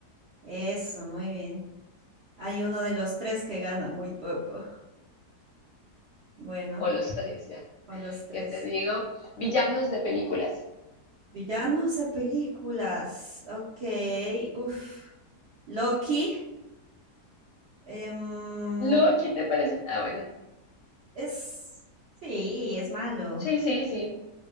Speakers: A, on the right; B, on the left.
A: Eso, muy bien. Hay uno de los tres que gana muy poco. Bueno,
B: o los tres, ya.
A: o los tres.
B: ¿Qué te digo? Villanos de películas.
A: Villanos de películas. Ok, uff. Loki. em,
B: Loki, ¿te parece? Ah, bueno,
A: es... Sí, es malo.
B: sí, sí, sí. sí.